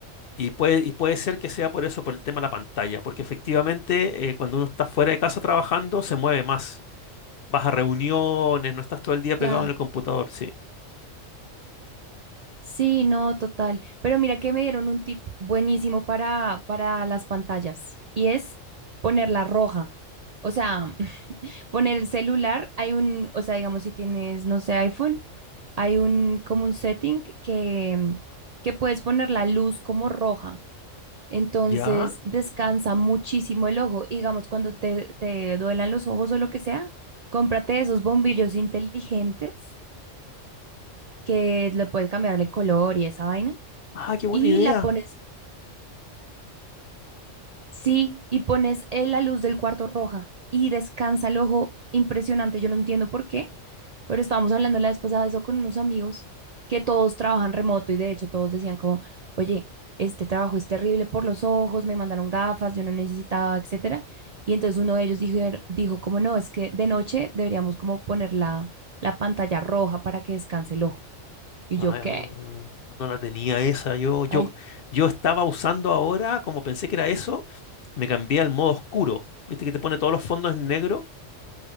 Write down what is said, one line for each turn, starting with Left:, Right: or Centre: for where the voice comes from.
Left: Y puede, y puede ser que sea por eso, por el tema de la pantalla, porque efectivamente eh, cuando uno está fuera de casa trabajando se mueve más. Vas a reuniones, no estás todo el día pegado
Right: Claro.
Left: en el computador, sí.
Right: Sí, no, total. Pero mira que me dieron un tip buenísimo para, para las pantallas y es ponerla roja. O sea, <clears throat> <laughs> poner el celular, hay un, o sea, digamos, si tienes, no sé, iPhone, hay un, como un setting que, que puedes poner la luz como roja. Entonces
Left: ¿Ya?
Right: descansa muchísimo el ojo. Y digamos, cuando te, te duelan los ojos o lo que sea, cómprate esos bombillos inteligentes que le puedes cambiar el color y esa vaina.
Left: Ah, qué buena
Right: Y
Left: idea.
Right: la pones Sí, y pones eh, la luz del cuarto roja y descansa el ojo impresionante. Yo no entiendo por qué, pero estábamos hablando la vez pasada de eso con unos amigos que todos trabajan remoto y de hecho todos decían como, oye, este trabajo es terrible por los ojos, me mandaron gafas, yo no necesitaba, etcétera. Y entonces uno de ellos dijo, dijo como no, es que de noche deberíamos como poner la, la pantalla roja para que descanse el ojo. Y
Left: Ah,
Right: yo, ¿qué?
Left: no la tenía esa. Yo, yo,
Right: Ay,
Left: yo estaba usando ahora, como pensé que era eso, me cambié al modo oscuro. ¿Viste que te pone todos los fondos en negro?